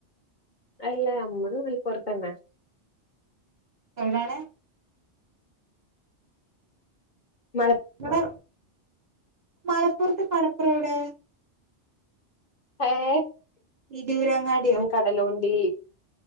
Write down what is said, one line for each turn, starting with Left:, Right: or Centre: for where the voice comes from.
Left: അല്ലാ ഞമ്മള് <unintelligible>
Right: എന്താണ്?
Left: മല
Right: ഇവ്ടെ മലപ്പുറത്ത് കടപ്പുറം എവിടെ?
Left: ഏ
Right: തിരൂരങ്ങാടിയോ?
Left: കടലോണ്ടി